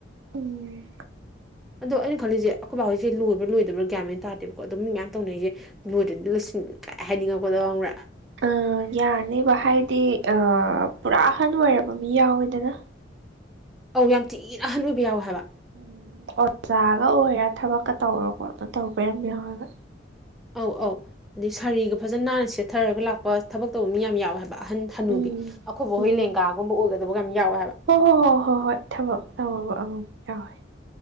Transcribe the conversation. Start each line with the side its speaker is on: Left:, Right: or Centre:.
Right: ꯎ
Centre: ꯑꯗꯣ ꯑꯩꯅ ꯈꯜꯂꯤꯁꯦ ꯑꯩꯈꯣꯏꯕꯕꯥꯖꯤꯁꯦ ꯂꯣꯏꯕ꯭ꯔꯥꯣꯏꯕ꯭ꯔꯥꯒ꯭ꯌꯥꯃꯦꯅ ꯇꯥꯔꯦꯕꯀꯣ ꯑꯗꯨꯝ ꯃꯤ ꯃꯌꯥꯝ ꯇꯧꯅꯩꯁꯦ ꯅꯣꯏꯗꯨ ꯀ ꯍꯥꯏꯅꯤꯡꯉꯛꯄꯗꯕ꯭ꯔꯥ
Right: ꯑ ꯌꯥꯅꯦꯕ ꯍꯥꯏꯗꯤ ꯑ ꯄꯨꯔꯥ ꯑꯍꯟ ꯑꯣꯏꯔꯕ ꯃꯤ ꯌꯥꯎꯋꯦꯗꯅ
Centre: ꯑꯧ ꯌꯥꯝ ꯊꯤꯅ ꯑꯍꯟ ꯑꯣꯏꯕ ꯌꯥꯎꯋꯦ ꯍꯥꯏꯕ
Right: ꯎꯝ ꯑꯣꯖꯥꯒ ꯑꯣꯏꯔ ꯊꯕꯛꯀ ꯇꯧꯔꯣ ꯈꯣꯅ ꯇꯧꯕꯔ ꯌꯥꯎꯔꯒ
Centre: ꯑꯧ ꯑꯧ ꯑꯗꯩ ꯁꯥꯔꯤꯒ ꯐꯖꯅ ꯅꯥꯟꯅ ꯁꯦꯠꯊꯔꯒ ꯂꯥꯛꯄ ꯊꯕꯛ ꯇꯧꯕ ꯃꯤ ꯌꯥꯝ ꯌꯥꯎꯋꯦ ꯍꯥꯏꯕ ꯑꯍꯟ ꯍꯅꯨꯕꯤ
Right: ꯎꯝ
Centre: ꯑꯩꯈꯣꯏꯕꯨ
Right: ꯎꯝ
Centre: ꯍꯣꯏ ꯂꯦꯡꯒꯥꯒꯨꯝꯕ ꯑꯣꯏꯒꯗꯕ ꯌꯥꯝ ꯌꯥꯎꯋꯦ ꯍꯥꯏꯕ
Right: ꯍꯣꯏ ꯍꯣꯏ ꯍꯣꯏ ꯍꯣꯏ ꯍꯣꯏ ꯊꯕꯛ ꯇꯧꯃꯕ ꯑꯃꯝ ꯌꯥꯎꯋꯦ